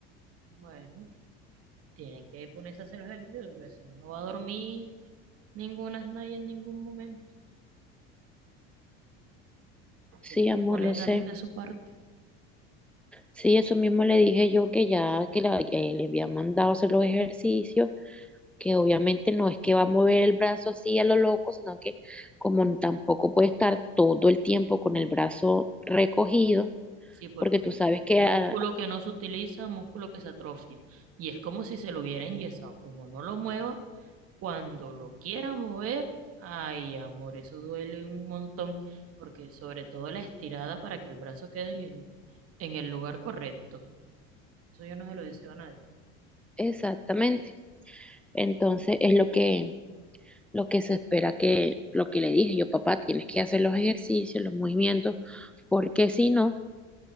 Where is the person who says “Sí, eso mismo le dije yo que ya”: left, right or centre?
Centre